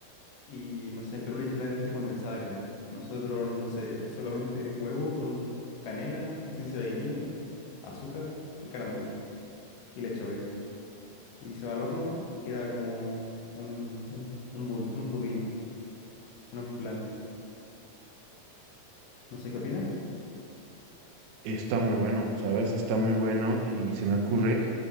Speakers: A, on the left (about 85°); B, on the right (about 80°).
A: Y no sé, en Perú le echan leche condensada, creo. Y nosotros, no sé, es solamente huevo con canela, esencia de vainilla, azúcar y caramelo. Y leche, obvio. Y se va al horno y queda como un, un, un, budi- un pudín, un flan. No sé qué opinas.
B: Está muy bueno, ¿sabes? Está muy bueno y se me ocurre